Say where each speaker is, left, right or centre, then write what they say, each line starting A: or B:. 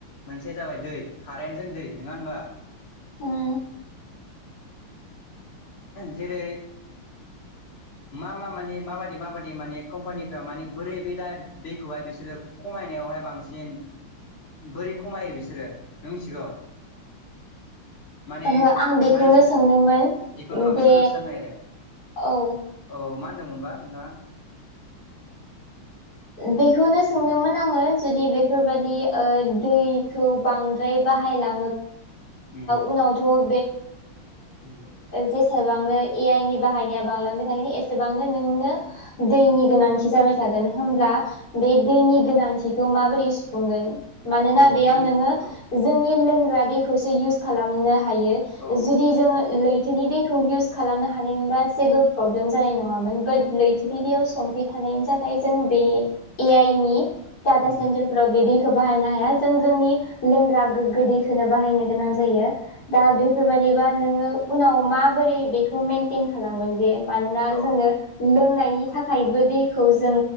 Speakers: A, on the left; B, on the left.
A: मोनसे जाबाय दै कारेन्टजों दै नङा होनबा
B: ह
A: जेरै
B: <inaudible>
A: मा मा माने माबायदि माबायदि माने कम्पानिफ्रा माने बोरै बे दा दैखौहाय बिसोरो खमायनायाव हाय बांसिन बोरै खमायो बिसोरो नों मिथिगौ
B: <inaudible>
A: माने
B: ओहो आं बेखौनो
A: मानसि
B: सोंदोंमोन
A: बेखौनो
B: बेे
A: बेखौनो खिथानो नागिरदों
B: औ
A: औ मा होनदोंमोनबा नोंथाङा
B: बेखौनो सोंदोंमोन आङो जुदि बेफोरबायदि दैखौ बांद्राय बाहायला
A: उम
B: उनाव
A: उम
B: जसेबां नोंनो एआइ नि बाहायनाया बांलांबाय थागोन एसेबांनो नोंनो दैनि गोनांथि जाबाय थागोन होनब्ला बे दैनि गोनांथिखौ माबोरै सुफुंगोन मानोना
A: औ
B: बेयाव
A: बेनो
B: नोङो
A: औ
B: जोंनि लोंग्रा दैखौसो इउस खालामनो हायो
A: औ
B: जुदि जोङो लैथो लैथोनि दैखौ इउस खालामनो हानायबा जेबो प्रब्लेम जानाय नङामोन बाट लैथोनि
A: औ
B: दैयाव संख्रि थाखाय जों बे आइ नि डाटा
A: उम
B: सेन्टारफोराव बि दैखौ बाहायनानै हाया जों जोंनि लोंग्रा गोगो दैखौनो बाहायनो गोनां जायो दा
A: औ
B: बेफोरबायदिबा नोङो उनाव माबोरै बेखौ मेनटेन खालामगोन जे मानोना
A: औ
B: जोंनो लोंनायनि बेनि थाखायबो दैखौ जों